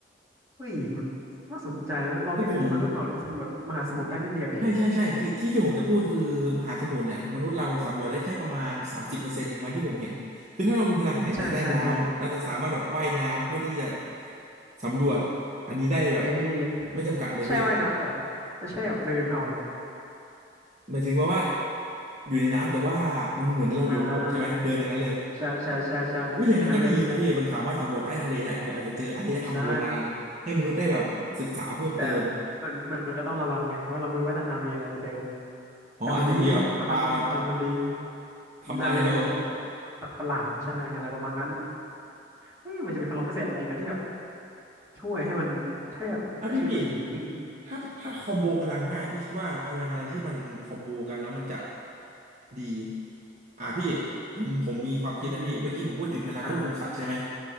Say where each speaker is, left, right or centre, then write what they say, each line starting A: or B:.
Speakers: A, on the right; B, on the right.
A: เฮ้ยมันน่าสนใจนะลองคิดดูนะมนุษย์เราเนี่ยสำรวจมหาสมุทรได้นิดเดียวเอง
B: คือผมใช่ใช่ใช่คือที่ที่ผมจะพูดคือมหาสมุทรเนี่ยมนุษย์เราสำรวจได้แค่ประมาณสามสิบเปอร์เซ็นต์เองมั้งที่ผมเห็นคือถ้าเรามีพลังหายใจใต้น้ำเราจะสามารถแบบว่ายน้ำเพื่อที่จะ
A: อืมใช่ใช่ใช่
B: สำรวจอันนี้ได้แบบ
A: เอ้ย
B: ไม่จำกัดเลยพี่
A: ใช่ว่ายน้ำเหรอไม่ใช่แบบเดินเอาเหรอ
B: หมายถึงว่าว่าอยู่ในน้ำแต่ว่ามันเหมือนเราอยู่บนบกใช่ไหมเดินอย่างนั้นเลย
A: อ่าใช่ใช่ใช่ใช่อย่างนั้นเลย
B: อุ้ยอย่างนั้นก็ดีนะพี่มันสามารถสำรวจใต้ทะเลได้เผื่ออาจจะเจออารยธรรมโบราณให้มนุษย์ได้แบบศึกษาเพิ่มเติม
A: ใช่อืมแต่มันมันมันก็ต้องระวังไงว่าเราไม่รู้ว่าใต้น้ำมีอะไรเหมือนเดิม
B: อ๋ออาจจะมีแบบปลามา
A: แต่มันดีพลังพลังมันดี
B: ทำลายเรา
A: อืมอาจจะมีอะไรแปลกๆประหลาดๆใช่อะไรประมาณนั้น
B: อืม
A: เอ๊ะมันจะมีพลังพิเศษอะไรนั้นที่แบบช่วยให้มันให้แบบให้ชีวิตมันดีขึ้น
B: อ่ะพี่พี่ถ้าถ้าคอมโบพลังได้พี่คิดว่าพลังอะไรที่มันคอมโบกันแล้วมันจะดีอ่ะพี่ผมผมมีความคิดนะพี่เมื่อกี้ผมพูดถึงพลังควบคุมสัตว์ใช่ไหม
A: อืมอ่า